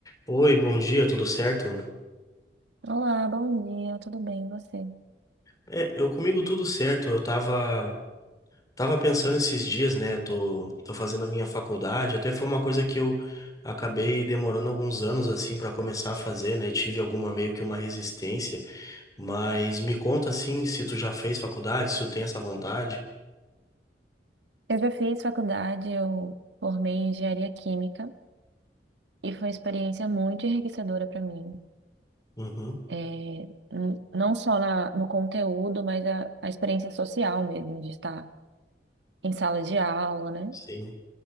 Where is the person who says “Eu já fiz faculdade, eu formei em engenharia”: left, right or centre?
Right